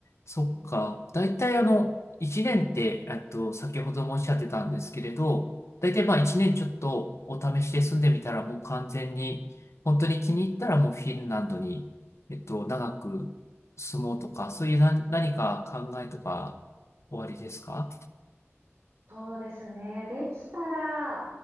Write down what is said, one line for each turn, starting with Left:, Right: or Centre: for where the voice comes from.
Left: そっか。
Right: うん
Left: 大体あの、一年って、えっと、先ほどもおっしゃってたんですけれど、大体まあ一年ちょっとお試しで住んでみたらもう完全に、本当に気に入ったらもうフィンランドに、えっと、長く住もうとか、そういう何、何か考えとか、おありですか
Right: そうですね。できたら、